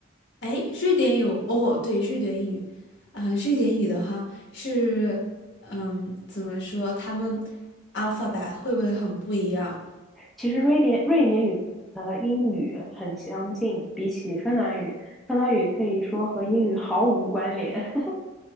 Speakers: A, on the left; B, in the centre.
A: 哎，瑞典有哦，对，瑞典语，啊、瑞典语的话是，嗯，怎么说？他们 alphabet 会不会很不一样？
B: 其实瑞典瑞典语和英语很相近，比起芬兰语，芬兰语可以说和英语毫无关联。<laughs>